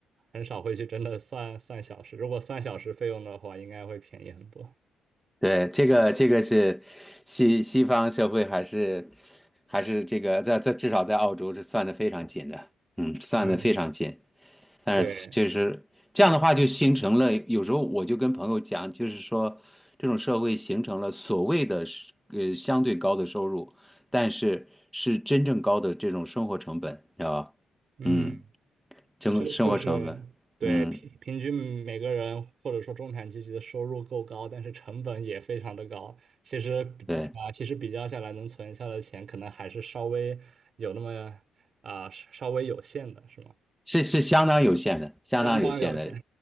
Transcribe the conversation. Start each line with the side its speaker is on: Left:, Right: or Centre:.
Right: 很少会去真的算算小时，如果算小时费用的话，应该会便宜很多。
Centre: 对，这个这个是西西方社会还是还是这个在在至少在澳洲是算的非常紧的，嗯，算的非常紧。
Right: 嗯，
Centre: 但是就是这样的话，
Right: 对，
Centre: 就形成了有时候我就跟朋友讲，就是说这种社会形成了所谓的是呃相对高的收入，但是是真正高的这种生活成本，你知道吧？
Right: 嗯。
Centre: 嗯，
Right: 就是就是对平平均每个人或者说中产阶级的收入够高，
Centre: 生生活成本，嗯。
Right: 但是成本也非常的高。其实比比啊，
Centre: 对。
Right: 其实比较下来，能存下的钱可能还是稍微有那么啊、稍微有限的，是吗？
Centre: 是是相当有限的，相当有限的。
Right: 相当有限。